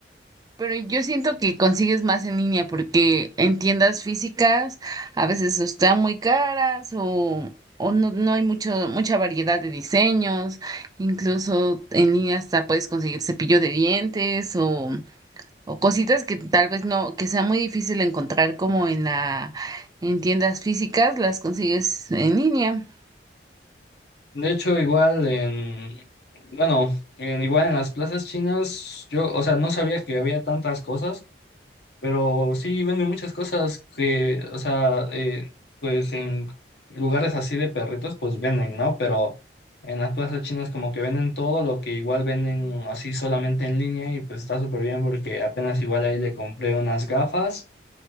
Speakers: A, on the right (about 20°); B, on the left (about 65°).
A: Pero yo siento que consigues más en línea porque en tiendas físicas a veces o están muy caras o, o no, no hay mucho, mucha variedad de diseños. Incluso en línea hasta puedes conseguir cepillo de dientes o, o cositas que tal vez no, que sea muy difícil encontrar como en la, en tiendas físicas, las consigues en línea.
B: De hecho, igual en, bueno, en- igual en las plazas chinas, yo, o sea, no sabía que había tantas cosas, pero sí venden muchas cosas que, o sea, eh, pues en lugares así de perritos, pues venden, ¿no? Pero en las plazas chinas como que venden todo lo que igual venden así solamente en línea y pues está súper bien porque apenas igual ahí le compré unas gafas.